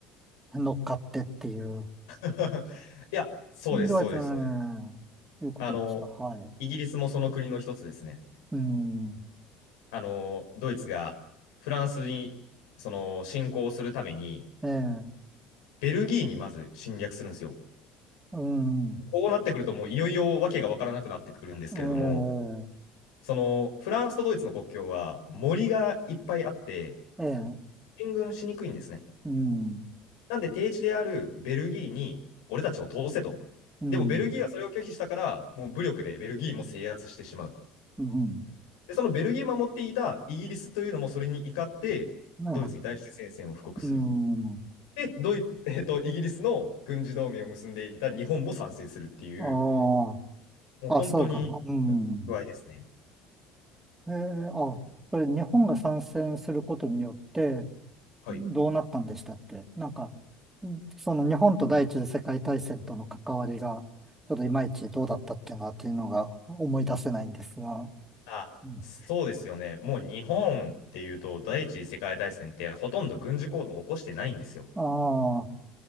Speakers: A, on the right; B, on the left.
A: 乗っかってっていう、
B: <laughs> いや、そうです、
A: ドイツ、
B: そうです、
A: うんいうことですか。
B: そうです。あの、
A: はい。
B: イギリスもその国の一つですね。
A: うん。
B: あの、ドイツがフランスに、その、侵攻するために、
A: ええ。
B: ベルギーにまず侵略するんですよ。
A: うん。
B: こうなってくると、もういよいよわけがわからなくなってくるんですけれども、
A: え
B: その、フランスとドイツの国境は森がいっぱいあって、
A: え。ええ。
B: 進軍しにくいんですね。
A: うん。
B: なんで、低地であるベルギーに、俺たちを通せと。
A: うん。
B: でも、ベルギーはそれを拒否したから、もう武力でベルギーも制圧してしまう。
A: うん。
B: で、そのベルギーを守っていたイギリスというのもそれに怒って、
A: な
B: ドイツに対して宣戦線を布告する。
A: うん。
B: で、ドイツ、<laughs> えっと、イギリスの軍事同盟を結んでいた日本も参戦するっていう、
A: あ
B: もう本当に
A: あ。あ、そうか。うん。
B: 具合ですね。
A: ええ、あ、それ日本が参戦することによって
B: はい。
A: どうなったんでしたって。なんか、うんその日本と第一次世界大戦との関わりが、ちょっといまいちどうだったっけなっていうのが思い出せないんですが。
B: あ、
A: うん
B: そうですよね。もう日本っていうと、第一次世界大戦ってほとんど軍事行動を起こしてないんですよ。
A: ああ。